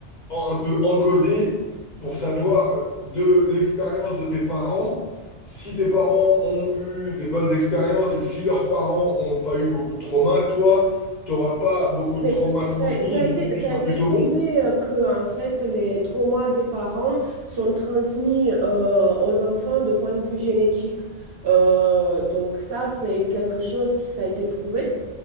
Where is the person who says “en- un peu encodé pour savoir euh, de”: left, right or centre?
Left